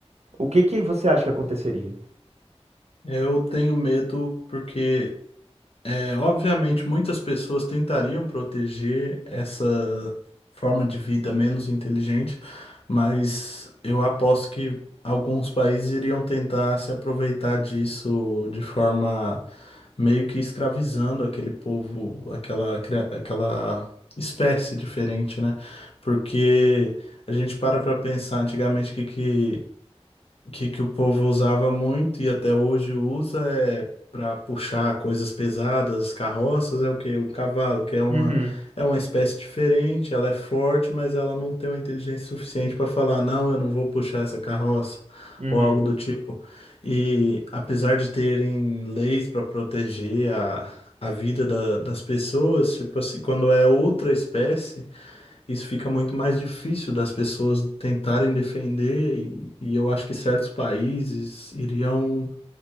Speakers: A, on the right; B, on the left.
A: O que que você acha que aconteceria?
B: eu tenho medo porque É, obviamente, muitas pessoas tentariam proteger essa forma de vida menos inteligente, mas eu aposto que alguns países iriam tentar se aproveitar disso de forma meio que escravizando aquele povo, aquela, cria- aquela espécie diferente, né? Porque a gente para para pensar antigamente o que, que que, que o povo usava muito e até hoje usa é para puxar coisas pesadas, carroças, é o quê? O cavalo, que é uma,
A: Uhum,
B: é uma espécie diferente, ela é forte, mas ela não tem uma inteligência suficiente para falar, não, eu não vou puxar essa carroça,
A: uhum,
B: ou algo do tipo. E apesar de terem leis para proteger a, a vida da- das pessoas, tipo assim, quando é outra espécie isso fica muito mais difícil das pessoas tentarem defender, e, e eu acho que certos países iriam